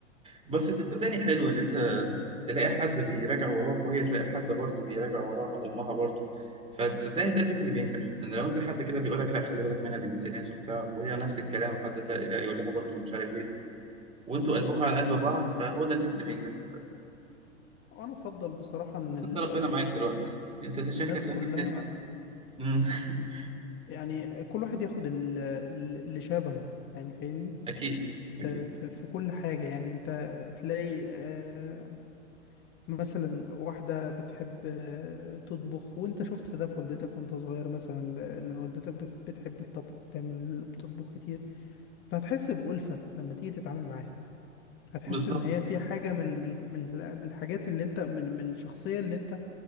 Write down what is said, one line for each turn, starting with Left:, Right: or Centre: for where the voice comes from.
Right: بس ده صدقني حلو ان انت تلاقي حد بيراجع وراك وهي تلاقي حد برضه بيراجع وراها امها برضه فصدقني ده البيت اللي بينجح ان لو انت حد كده بيقول لك لا خلي بالك منها دي بنت ناس وبتاع وهي نفس الكلام حد لا لا يقول لها برضه مش عارف ايه وانتوا قلبكم على قلب بعض فهو ده البيت اللي بينجح صدقني
Left: وانا افضل بصراحة ان ال...
Right: انت ربنا معاك دلوقتي انت شكلك
Left: الناس
Right: دلوقتي
Left: كلها
Right: بتدفع بس أمم، <laughs>
Left: يعني كل واحد ياخد ال- ال- اللي شبهه يعني فاهمني
Right: اكيد
Left: في,
Right: اكيد
Left: في, في كل حاجة يعني انت تلاقي آه، مثلا واحدة بتحب آه، تطبخ وانت شفت ده في والدتك وانت صغير مثلا ب- ان والدتك بت- بتحب الطبخ بتعمل بتطبخ كتير فهتحس بألفة لما تيجي تتعامل معاها هتحس
Right: بالظبط
Left: ان هي في حاجة من من من من الحاجات اللي انت من من الشخصية اللي انت